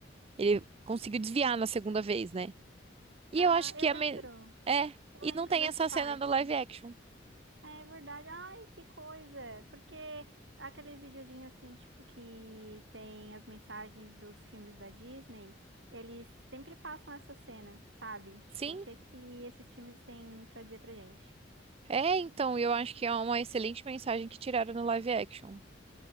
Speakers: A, on the right; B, on the right.
A: Ele conseguiu desviar na segunda vez, né? E
B: tá.
A: eu acho
B: Eu
A: que a
B: lembro.
A: me... é,
B: Eu
A: e
B: lembro
A: não tem
B: dessa
A: essa
B: parte.
A: cena do live action.
B: É verdade. Ai, que coisa. Porque aqueles videozinhos assim, tipo, que tem as mensagens dos filmes da Disney, eles sempre passam essa cena, sabe? Tipo,
A: Sim,
B: o que que esses filmes têm pra dizer pra gente?
A: é, então, eu acho que é uma excelente mensagem que tiraram no live action.